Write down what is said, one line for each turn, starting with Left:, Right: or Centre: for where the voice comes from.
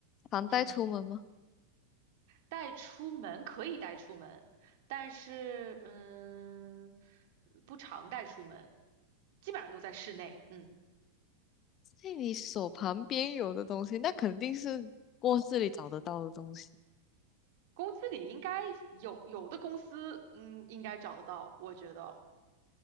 Left: 常带出门吗？
Right: 嗯，带出门可以带出门，但是嗯，不常带出门，基本上都在室内。嗯，
Left: 在你手旁边有的东西，那肯定是卧室里找得到的东西，
Right: 公司里应该有有的公司，嗯，应该找得到，我觉得。